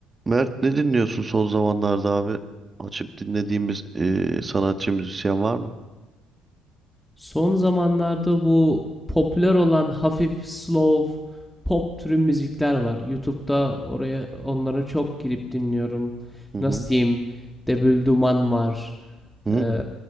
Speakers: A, on the right (about 25°); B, in the centre.
A: Mert ne dinliyorsun son zamanlarda abi? Açıp dinlediğimiz eee, sanatçı müzisyen var mı?
B: Son zamanlarda bu popüler olan hafif slow pop türü müzikler var. YouTube'da oraya onlara çok girip dinliyorum.
A: Hı hı.
B: Nasıl diyeyim? Debül Duman var.
A: Hı
B: Ee,